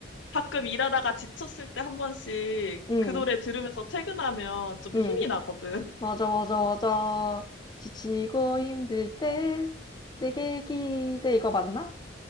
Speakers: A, on the left; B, on the left.
A: 가끔 일하다가 지쳤을 때 한 번씩
B: 응,
A: 그 노래 들으면서 퇴근하면 좀
B: 응.
A: 힘이 나거든. <laughs>
B: 맞아, 맞아, 맞아. 지치고 힘들 때 내게 기대. 이거 맞나?